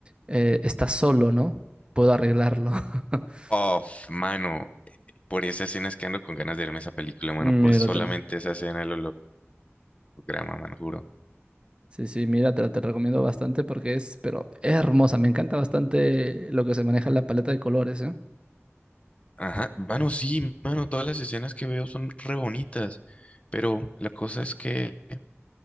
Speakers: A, on the right; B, on the left.
A: eh, estás solo, ¿no? Puedo arreglarlo. <laughs>
B: Uf, mano, por esa escena es que ando con ganas de verme esa película, mano,
A: Míratela.
B: por solamente esa escena del holograma, mano, juro.
A: Sí, sí, míratela, te recomiendo bastante porque es, pero es hermosa, me encanta bastante lo que se maneja en la paleta de colores, ¿eh?
B: Ajá, mano, sí, mano, todas las escenas que veo son re bonitas, pero la cosa es que